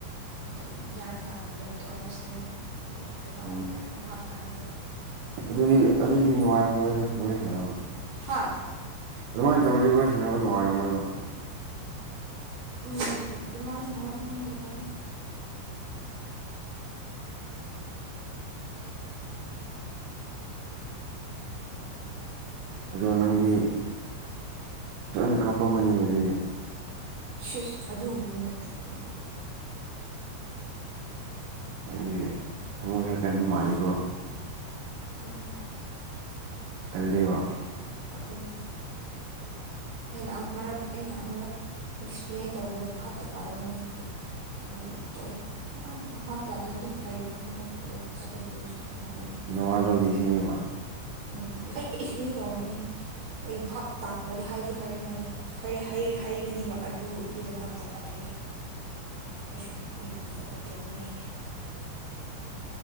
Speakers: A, on the right; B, on the right.
A: ꯑꯗꯨꯝ ꯒ꯭ꯌꯥꯟ ꯇꯥꯅꯗꯕꯗꯣ ꯑꯟꯗꯔꯁ꯭ꯇꯦꯟꯗꯤꯡ꯫ ꯂꯩꯇꯕ
B: ꯎꯝ
A: ꯍꯥꯏꯕ ꯇꯥꯔꯦ ꯚꯥꯞ ꯇꯥꯅꯗꯕ꯫
B: ꯑꯗꯨꯗꯤ
A: ꯑꯗꯨꯒꯤ
B: ꯑꯗꯨꯗꯤ ꯅꯨꯡꯉꯥꯏꯔꯝꯃꯣꯏꯗ ꯋꯥꯔꯤ ꯁꯥꯟꯅꯕ꯫
A: ꯍꯥ
B: ꯑꯗꯨꯃꯥꯏꯟ ꯇꯧꯔꯗꯤ ꯋꯥꯔꯤ ꯁꯥꯟꯅꯕ ꯅꯨꯡꯉꯥꯏꯔꯝꯃꯣꯏꯕ
A: ꯎꯝ ꯑꯗꯨꯃꯥꯏꯅꯔ ꯈꯪꯗ꯭ꯔꯦꯗ꯫
B: <unintelligible> ꯑꯗꯣ ꯅꯪꯒꯤ ꯐꯖꯅ ꯀꯥꯞꯄꯝꯃꯅꯤꯅꯦ ꯑꯗꯨꯗꯤ꯫
A: ꯁꯤꯁ ꯑꯗꯨꯒꯨꯝꯕ ꯃꯤ ꯅꯠꯇꯦ ꯑꯩꯗꯤ꯫
B: ꯅꯪꯁꯦ ꯊꯃꯣꯏ ꯈꯔ ꯀꯟꯕ ꯃꯥꯜꯂꯤꯀꯣ꯫
A: ꯀ <unintelligible>
B: ꯀꯜꯂꯦꯕ
A: ꯈꯜ <unintelligible> ꯑꯩꯅ ꯑꯃꯨꯔꯛ ꯑꯩꯅ ꯑꯃꯨꯔꯛ ꯑꯦꯛꯁꯄ꯭ꯂꯦꯟ ꯇꯧꯕꯗ ꯚꯥꯞ ꯇꯥꯗꯕ ꯃꯤꯗꯤ ꯑꯗꯨꯝ ꯇꯣꯛꯑꯦ ꯑ ꯑꯗꯨꯝ ꯍꯥꯞꯇꯥꯗꯅ ꯑꯗꯨꯝ ꯂꯩꯔꫭ ꯅꯪꯔꯩꯍꯧ ꯆꯠꯂꯒꯦ ꯑꯩꯁꯨ ꯁꯨꯃꯥꯏꯅꯅꯤ ꯑꯩꯗꯤ
B: ꯅꯋꯥ ꯂꯧꯗꯦ ꯁꯤꯅꯦꯕ
A: ꯎꯝ ꯑꯩ ꯑꯦꯛꯁꯄ꯭ꯂꯦꯟꯗꯤ ꯇꯧꯔꯝꯒꯅꯤ ꯑꯩ ꯚꯥꯞ ꯇꯥꯟꯅꯕꯗꯤ ꯍꯥꯏꯗꯤ ꯍꯥꯏꯔꯝꯕꯅꯦ ꯍꯩ ꯍꯩ ꯍꯩꯒꯅꯤꯕ ꯑꯗꯨꯗꯨꯗ ꯚꯥꯞ ꯇꯥꯗꯔꯗꯤ ꯑꯩꯁꯨ ꯑꯩꯒꯤ ꯐꯣ <unintelligible> ꯇꯧꯒꯅꯤ ꯑꯩꯗꯤ